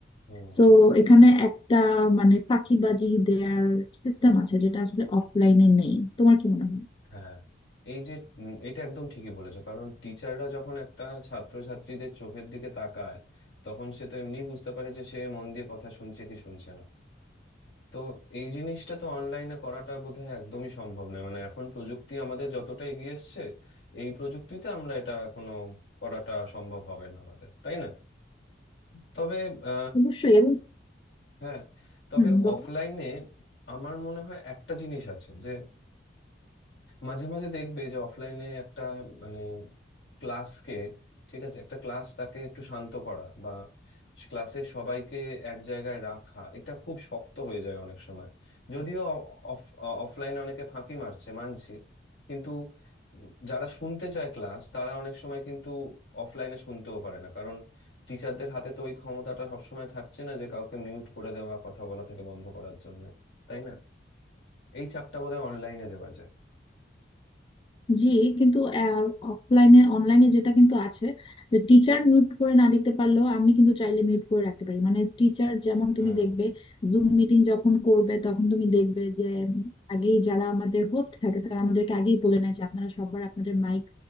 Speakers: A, on the left; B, on the left.
A: হুম
B: সো এখানে একটা মানে ফাঁকিবাজি দেওয়ার সিস্টেম আছে যেটা আসলে অফলাইনে নেই তোমার কি মনে হয়
A: হ্যাঁ এই যে উম, এটা একদম ঠিকই বলেছো কারণ টিচাররা যখন একটা ছাত্রছাত্রীদের চোখের দিকে তাকায় তখন সে তো এমনি বুঝতে পারে যে সে মন দিয়ে কথা শুনছে কি শুনছে না তো এই জিনিসটা তো অনলাইনে করাটা বোধহয় একদমই সম্ভব নয় মানে এখন প্রযুক্তি আমাদের যতটা এগিয়ে এসছে এই প্রযুক্তিতে আমরা এটা এখনো করাটা সম্ভব হবে না আমাদের তাই না তবে আহ,
B: অবশ্যই এবং
A: হ্যাঁ তবে
B: হম
A: অফলাইনে আমার মনে হয় একটা জিনিস আছে যে মাঝে মাঝে দেখবে যে অফলাইনে একটা মানে ক্লাসকে ঠিক আছে একটা ক্লাস তাকে একটু শান্ত করা বা ক্লাসের সবাইকে এক জায়গায় রাখা এটা খুব শক্ত হয়ে যায় অনেক সময় যদিও অফ অফলাইনে অনেকে ফাঁকি মারছে মানছি কিন্তু উম যারা শুনতে চায় ক্লাস তারা অনেক সময় কিন্তু অফলাইনে শুনতেও পারে না কারণ টিচারদের হাতে তো ওই ক্ষমতাটা সবসময় থাকছে না যে কাউকে মিউট করে দেওয়া কথা বলা থেকে বন্ধ করার জন্য তাই না এই চাপটা বোধহয় অনলাইনে দেওয়া যায়
B: জি কিন্তু অফলাইনে অনলাইনে যেটা কিন্তু আছে যে টিচার মিউট করে না দিতে পারলেও আমি কিন্তু চাইলে মিউট করে রাখতে পারি মানে টিচার যেমন
A: হুম
B: তুমি দেখবে জুম মিটিং যখন করবে তখন তুমি দেখবে যে উম, আগেই যারা আমাদের হোস্ট থাকে তারা আমাদেরকে আগেই বলে নেয় যে আপনারা সবার আপনাদের মাইক